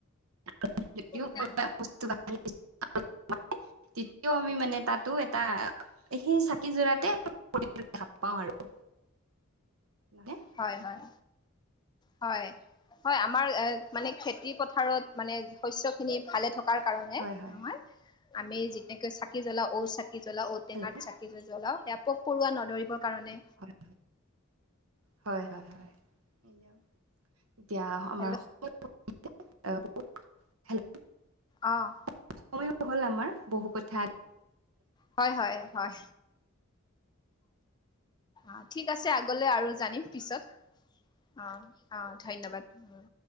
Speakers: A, on the right; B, on the left.
A: <unintelligible>
B: উম,
A: তেতিয়াও আমি মানে তাতো <unintelligible> সেই চাকি জ্বলাওঁতে <unintelligible> দেখা পাওঁ আৰু। মানে
B: হয়, হয়। হয়, হয়, আমাৰ মানে খেতি পথাৰত মানে শস্যখিনি ভালে থকাৰ কাৰণে
A: হয় হয়
B: নহয়, আমি যেনেকে চাকি জ্বলা ঔ চা চাকি জ্বলাও ঔটেঙাত
A: হেল্ল'
B: চাকি জ জ্বলাও সেইয়া পক পৰুৱা নধৰিবৰ কাৰণে।
A: হয়, হয়, হয়, হয়, হয়। এতিয়া আমাৰ
B: হেল্ল'
A: <unintelligible> হেল্ল?
B: অ'।
A: <unintelligible> সময়ো হ'ল আমাৰ। বহু কথা
B: হয়, হয়, হয়। অ', ঠিক আছে আগলৈ আৰু জানিম পিছত। অ', অ', ধন্যবাদ। উম।